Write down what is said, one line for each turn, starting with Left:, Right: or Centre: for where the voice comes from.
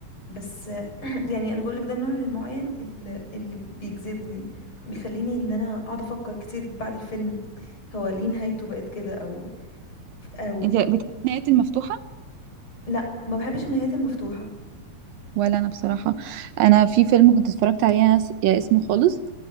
Left: بس <clears throat> يعني انا بقولك ده النوع المعين اللي, اللي بيجذبني بيخليني ان انا اقعد افكر كتير بعد الفيلم هو ليه نهايته بقت كده او او
Right: أنت بتحبي النهايات المفتوحة
Left: لا ما بحبش النهايات المفتوحة
Right: ولا أنا بصراحة أنا في فيلم كنت اتفرجت عليه أنا س- يا اسمه خالص